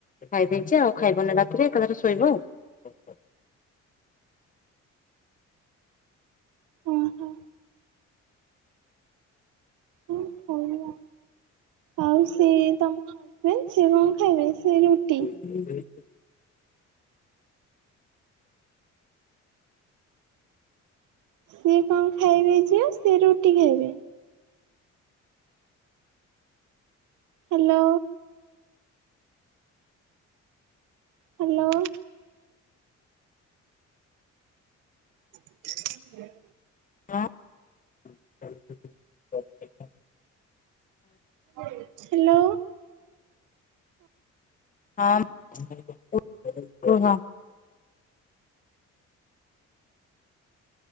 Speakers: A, on the left; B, on the right.
A: ଖାଇଦେଇଛି ଆଉ ଖାଇବନି ରାତିରେ ଏକାଥରେ ଶୋଇବ ଆଉ।
B: ଓଁ ହୋ। ହଁ ହଉ ଆଉ। ଆଉ ସେ ତମ ହଜବେଣ୍ଡ ସିଏ କଣ ଖାଇବେ ସେ ରୁଟି?
A: ହଁ
B: ସିଏ କଣ ଖାଇବେ ଝିଅ ସିଏ ରୁଟି ଖାଇବେ? ହ୍ୟାଲୋ। ହ୍ୟାଲୋ। <inaudible>
A: ହଁ।
B: ହ୍ୟାଲୋ।
A: ହଁମ୍ କୁ, କୁହ।